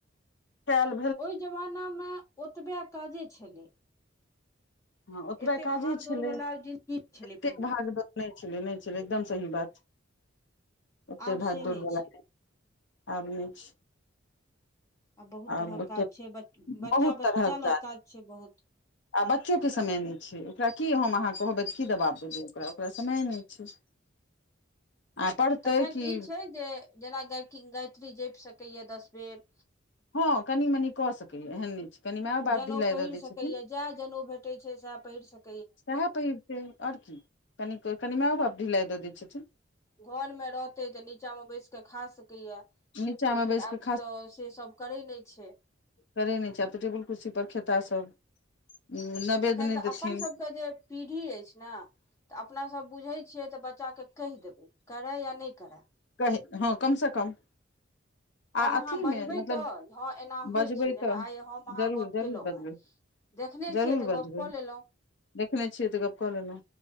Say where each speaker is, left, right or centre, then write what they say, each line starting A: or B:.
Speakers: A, on the left; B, on the left.
A: खायल
B: ओह जमाना मे ओतबे काजे छलै
A: हँ ओतबे
B: एते
A: काजे
B: भाग
A: छलै
B: दौड़ वला जिन्दगी छलै
A: एतक
B: पहिने
A: भाग दौर नय छलै नय छलै एकदम सही बात ओते
B: आब
A: भागदौड़
B: से नहि
A: बला
B: छै
A: आब नय छै
B: आ बहुत
A: आब
B: तरहक
A: ओते
B: काज छै ब
A: बहुत
B: बच्चा बच्चा
A: तरहक
B: लग काज छै बहुत
A: आ बच्चो के समय नय छै ओकरा की हम अहाँ कहबे की दबाब देबै ओकरा ओकरा समय नय छी आ पढ़तै
B: तखन
A: की
B: ई छै जे जेना गाय गायत्री जइप सकैय दस बेर
A: हँ कनी मनी कऽ सकैया एहन नय छै कनि मनि माओ बाप
B: जनेउ
A: ढिलाई
B: पहिर
A: दऽ दैत
B: सकैए
A: छथिन
B: जएह जनेउ भेटे छै सएह पढ़ि सक-
A: सएह पहिरतै ओर की कनि कनि मो बाप ढिलाइ दऽ दै छथिन
B: घर मे रहतै तऽ नीचाँ मे बैस कऽ खा सकैए
A: नीचा
B: लेकिन
A: मे बैस
B: आब
A: कऽ
B: तऽ सेसभ करै नय छै
A: करै नय छै आब तऽ टेबुल कुर्सी पर खेता सब उ नैवेद्य
B: तखन
A: नय
B: तऽ
A: देथिन
B: अपन सबके जे पीढ़ी ऐछ न तऽ अपना सभ बुझैत छियै तऽ बच्चा केँ कहि देबै करै या नय करए
A: कह हँ कम से कम आ
B: हम
A: अथी
B: अहाँ बजबै
A: मे मतलब
B: तऽ हँ एना होइ
A: बजबै
B: छै जेना
A: तऽ
B: आइ हम अहाँ
A: जरूर
B: गप्प
A: जरूर
B: कयलहुँ
A: बजबै
B: हन देखने
A: जरूर
B: छियै, तऽ
A: बजबै
B: गप कऽ लेलह।
A: देखने छियै तऽ गप कऽ लेलहुँ